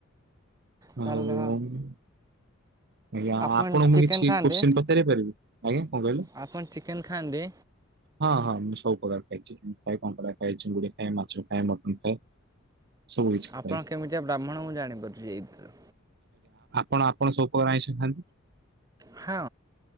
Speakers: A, on the right (about 50°); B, on the right (about 15°).
A: ଆଉ
B: ତାହେଲେ
A: ଆଜ୍ଞା
B: ଆପଣ
A: ଆପଣଙ୍କୁ ମୁଁ
B: ଚିକେନ୍
A: କିଛି
B: ଖାଆନ୍ତି
A: କୋଶ୍ଚିନ ପଚାରି ପାରିବି ଆଜ୍ଞା କଣ କହିଲେ?
B: ଆପଣ ଚିକେନ୍ ଖାଆନ୍ତି
A: ହଁ ହଁମ ସବୁ ପ୍ରକାର ଖାଇଛି ଚୁଗୁଡ଼ି ଖାଏ, ମାଛ ଖାଏ, ମଟନ ଖାଏ। ସବୁ କିଛି
B: ଆପଣ
A: ଖାଏ
B: କେମିତିଆ ବ୍ରାହ୍ମଣ ମୁଁ ଜାଣିପାରୁଛି ଏଇ ଥିରୁ।
A: କଣ ଆପଣ ସବୁ ପ୍ରକାର ଆଇଁଷ ଖାଆନ୍ତି?
B: ହଁ